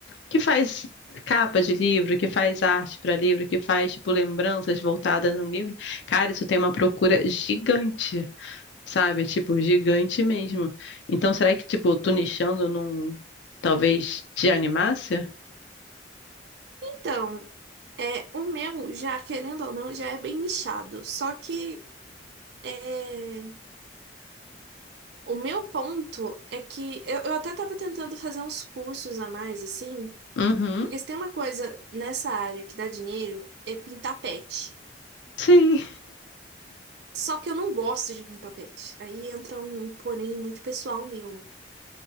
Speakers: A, on the left (about 80°); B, on the right (about 60°).
A: que faz capa de livro, que faz arte para livro, que faz tipo lembranças voltadas no livro, cara, isso tem uma procura gigante, sabe? Tipo, gigante mesmo. Então, será que tipo tu nichando não talvez te animasse?
B: Então, é, o meu, já querendo ou não, já é bem nichado. Só que. é, O meu ponto é que eu, eu até tava tentando fazer uns cursos a mais, assim,
A: Uhum.
B: porque se tem uma coisa nessa área que dá dinheiro, é pintar pet.
A: Sim.
B: Só que eu não gosto de pintar pet. Aí entra um porém muito pessoal meu.